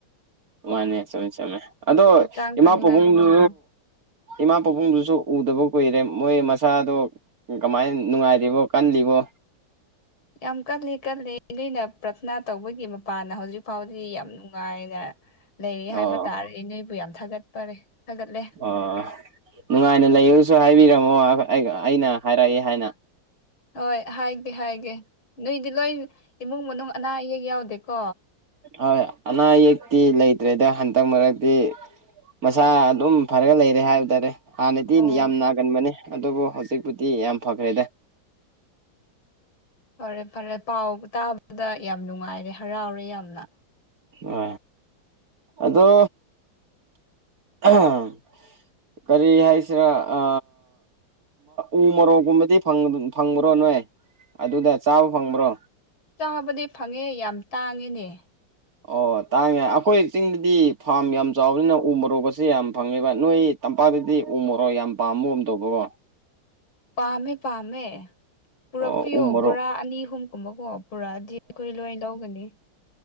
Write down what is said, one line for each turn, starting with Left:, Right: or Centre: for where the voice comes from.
Right: ꯃꯥꯅꯦ ꯆꯨꯝꯃꯤ ꯆꯨꯝꯃꯤ, ꯑꯗꯣ
Left: ꯍꯛꯆꯥꯡ
Right: ꯏꯃꯥ
Left: ꯐꯅꯤꯡꯉꯥꯏ
Right: ꯄꯥꯕꯨꯡꯗꯨ
Left: ꯍꯣꯠꯅꯕꯤꯌꯨ
Right: ꯏꯃꯥ ꯄꯥꯕꯨꯡꯗꯨꯁꯨ ꯎꯗꯕ ꯀꯨꯏꯔꯦ ꯃꯣꯏ ꯃꯁꯥꯗꯣ ꯀꯃꯥꯏꯅ ꯅꯨꯡꯉꯥꯏꯔꯤꯕꯣ ꯀꯜꯂꯤꯕꯣ
Left: ꯌꯥꯝ ꯀꯜꯂꯤ ꯀꯜꯂꯤ ꯅꯣꯏꯅ ꯄ꯭ꯔꯊꯅꯥ ꯇꯧꯕꯒꯤ ꯃꯄꯥꯟꯅ ꯍꯧꯖꯤꯛ ꯐꯥꯎꯗꯤ ꯌꯥꯝ ꯅꯨꯡꯉꯥꯏꯅ ꯂꯩꯔꯤ
Right: ꯑꯣ
Left: ꯍꯥꯏꯕ ꯇꯥꯔꯦ ꯅꯣꯏꯕꯨ ꯌꯥꯝ ꯊꯥꯒꯠꯄꯔꯦ ꯊꯥꯒꯠꯂꯦ
Right: ꯑꯣ ꯅꯨꯡꯉꯥꯏꯅ ꯂꯩꯌꯣꯁꯨ ꯍꯥꯏꯕꯤꯔꯝꯃꯣ ꯑꯩꯅ ꯍꯥꯏꯔꯛꯑꯦ ꯍꯥꯏꯅ
Left: ꯍꯣꯏ ꯍꯥꯏꯒꯦ ꯍꯥꯏꯒꯦ ꯅꯣꯏꯗꯤ ꯂꯣꯏ ꯏꯃꯨꯡ ꯃꯅꯨꯡ ꯑꯅꯥ ꯑꯌꯦꯛ ꯌꯥꯎꯗꯦꯀꯣ
Right: ꯍꯣꯏ ꯑꯅꯥ ꯑꯌꯦꯛꯇꯤ ꯂꯩꯇ꯭ꯔꯦꯗ ꯍꯟꯗꯛ ꯃꯔꯛꯇꯤ ꯃꯁꯥ ꯑꯗꯨꯝ ꯐꯔꯒ ꯂꯩꯔꯦ ꯍꯥꯏꯕ ꯇꯥꯔꯦ ꯍꯥꯟꯅꯗꯤ
Left: ꯑꯣ
Right: ꯌꯥꯝ ꯅꯥꯒꯟꯕꯅꯦ ꯑꯗꯨꯕꯨ ꯍꯧꯖꯤꯛꯄꯨꯗꯤ ꯌꯥꯝ ꯐꯈ꯭ꯔꯦꯗ
Left: ꯐꯔꯦ ꯐꯔꯦ ꯄꯥꯎ ꯇꯥꯕꯗ ꯌꯥꯝ ꯅꯨꯡꯉꯥꯏꯔꯦ ꯍꯔꯥꯎꯔꯦ ꯌꯥꯝꯅ
Right: ꯑ ꯑꯗꯣ <unintelligible> ꯀꯔꯤ ꯍꯥꯏꯁꯤꯔꯥ ꯑ ꯎ ꯃꯣꯔꯣꯛꯀꯨꯝꯕꯗꯤ ꯐꯪꯕ꯭ꯔꯣ ꯅꯣꯏ ꯑꯗꯨꯗ ꯆꯥꯕ ꯐꯪꯕ꯭ꯔꯣ
Left: ꯆꯥꯕꯗꯤ ꯐꯪꯉꯦ ꯌꯥꯝ ꯇꯥꯡꯉꯤꯅꯦ
Right: ꯑꯣ ꯇꯥꯡꯉꯦ, ꯑꯩꯈꯣꯏ ꯆꯤꯡꯗꯗꯤ ꯐꯥꯝ ꯌꯥꯝ ꯆꯥꯎꯕꯅꯤꯅ ꯎ ꯃꯣꯔꯣꯛꯀꯁꯦ ꯌꯥꯝ ꯐꯪꯉꯦꯕ ꯅꯣꯏ ꯇꯝꯄꯥꯛꯗꯗꯤ ꯎꯃꯣꯔꯣꯛ ꯌꯥꯝ ꯄꯥꯝꯕ ꯎꯝ ꯇꯧꯕꯣ ꯀꯣꯏꯠ
Left: ꯄꯥꯝꯃꯦ-ꯄꯥꯝꯃꯦ ꯄꯨꯔꯛꯄꯤꯌꯣ
Right: ꯑꯣ ꯎ ꯃꯣꯔꯣꯛ
Left: ꯕꯣꯔꯥ ꯑꯅꯤ ꯑꯍꯨꯝꯒꯨꯝꯕꯀꯣ ꯄꯨꯔꯛꯑꯗꯤ ꯑꯩꯈꯣꯏ ꯂꯣꯏꯅ ꯂꯧꯒꯅꯤ